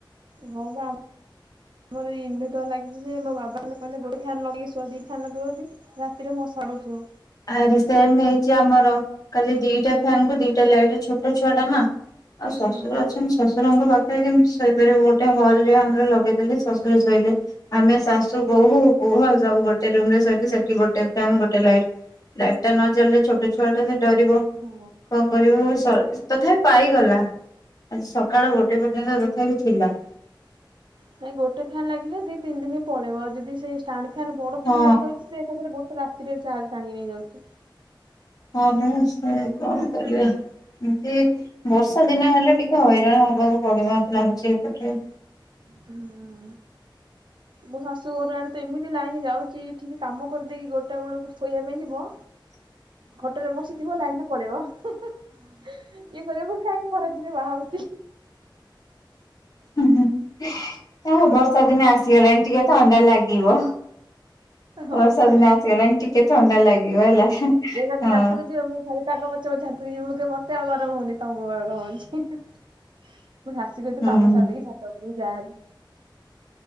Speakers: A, on the right; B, on the left.
A: ହଉ ବା ମୋର ଇନଭେଟର ଲାଗିଛି ଯେ ମୋ ବାବା ହେ କହିଲେ ଗୋଟେ ଫନ୍ ଲଗେଇୁଆ ଦି ଫନ୍ ଲଗେଇ ରାତିରେ ପଛାଡୁଛୁ
B: ଆରେ ସେମ ହେଇଛି ଆମର କାଲି ଦିଟା ଫ୍ୟନ୍ କୁ ଦିଟା ଲାଇଟ ଛୋଟ ଛୁଆ ଟା ମା ଆଉ ଶ୍ଶର
A: ହଁ
B: ଅଛନ୍ତି ଶ୍ଶରଙ୍କ ପାଖରେ କେମତି ସେଇପିବ ଗୋଟେ ହଲ ଆମର ଲଗେଇଦେଲେ
A: ହୁଁ ହୁଁ
B: ଶଶୁରରେ ଶୋଇଲେ ଆମେ ଶାଶୁ ବୋହୂ ପୁହ ସବୁ ଗୋଟେ ରୁମ ରେ ସ ସେଠି ଗୋଟେ ଫ ଗୋଟେ ଲାଇଟ ଲାଇଟ ଟା ନ ଜଲିଲେ ଛୋଟ ଛୁଆ ଟା ସେ ଡରିବ
A: ହଁ।
B: କଣ କରିବ? ତଥାପି ପାଇଗଲା ଆଜି ସକାଳ ଗୋଟେ ପର୍ଯ୍ୟନ୍ତ ତଥାପି ଥିଲା
A: ନାଇଁ ଗୋଟେ ଫ୍ୟନ୍ ଲାଗିଲେ ଦି ତିନି ଦିନ ପଳେଇବଉ ଯଦି ସେଇାଣ୍ଡ ଫନ୍ ବଡ
B: ହଁ।
A: ଫ୍ୟାନ୍ ଲାଗି ଯାଉଛି ସେ ପାରେ ଗୋଟେ ରାତିରେ ଚାଲ ଟାଣି ନେଇଯାଉଛି
B: ହଁ ଭସ କଣ କରିବା ଏମତି ବର୍ଷା ଦିନ ହେଲେ ଟିକେ ହଇରାଣ ହବାକୁ ପଡିବ ମତେ ଲାଗୁଛି ଏପଟେ
A: ହୁଁ। ମୋ ଶାଶୁ ଘର ଆଡେ ତ ଏମିତି ଲାଇନ ଯାଉଛି କେ କାମ କରିଦେଇକି ଗୋଟା ବେଳକୁ ଶୋଇବା ପାଇଁ ଯିବ
B: ହଁ।
A: ଘଟରେ ବସିଥିବ ଲାଇନ ଟା ପଳେଇବ। ଏ କ ମୁ କାହିଁ ଖରାଦିନ ଭ ଆଉଛି।
B: ଆ
A: ଯୋଉ
B: ବର୍ଷା
A: ଗରମ
B: ଦିନ ଆସିଗଲାଣି ଟିକେ ଥଣ୍ଡା ଲାଗଛି।
A: ହଁ
B: ବର୍ଷ
A: ପା
B: ଦିନ ଆସିଗଲାଣି ଟିକେ ଥଣ୍ଡା ଲାଗିବ ହେଲା ହଁ
A: ଯେ ଖା ଶାଶକୁ ଯିବ ମୁଁ ଘା ତାଗ ପଛକୁ ଛାତକି ଯିବି ମୁଁ କି ମତେ ଆଉ ଗରମ ହଉନି ତମକୁ ଗରମ ହଉଛି। ମୁଁ ଶାଶୀ ସତୁ
B: ହୁଁ
A: କାମ
B: ହୁଁ
A: ସାରିଦେଇକି ଛାତ ଉପରୁ ଯାହାହଲି